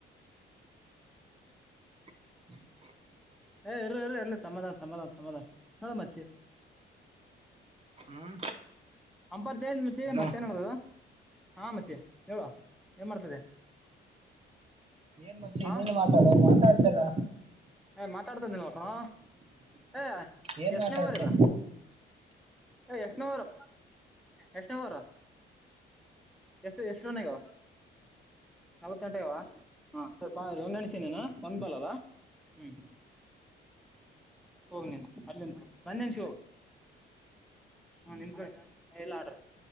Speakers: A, on the right; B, in the centre.
A: <unintelligible>
B: ಏ ಇರೋ ಇರೋ ಇರ್ಲಿ ಸಮಾಧಾನ ಸಮಾಧಾನ ಸಮಾಧಾನ ನೋಡೋ ಮಚ್ಚಿ.
A: ಹ್ಮ್.
B: ಅಂಬರ್. ಏನ್ ಮಚ್ಚಿ
A: ಹಲೋ
B: ಮತ್ತೆನ್ನಾಡ್ದದ. ಹಾ ಮಚ್ಚಿ ಹೇಳೋ ಏನ್ ಮಾಡ್ತತಿದೆ.
A: ಏನ್ ಮಚ್ಚಿ
B: ಹಾ
A: ನೀನು ಮಾತಾಡ ಮಾತಾಡ್ ತಿಲ್ಲ
B: ಏ ಮಾತಾಡ್ತತಿದ್ದನಲ್ಲ ಕಣೋ. ಏ
A: ಏನ್
B: ಎಷ್ಟನೇ
A: ಮಾತಾಡ್ತೆ
B: ಓವರ್ ಎಷ್ಟನೇ ಓವರ್ ಎಷ್ಟ್ ಎ ಓವರ ಎಷ್ಟ ಎಷ್ಟು ರನ್ ಆಗ್ಯಾವ. ನಲವತ್ತೆಂಟ್ ಆಗ್ಯಾವ ಹಾ. ಬಾ ರೋಂಗಣಿಸನೇನ ಒಂದ್ ಬಲ್ಲ್ಲ. ಹ್ಮ್ ಹೋಗ್ ನಿನ್ ಅಲ್ಲಿಂದ ನಂದ ನಿನ್ಷಿ ಹೋಗ ಹ ನಿಮ್ ಕಡೆ ಎಲ್ಲ ಆಡ್ರಿ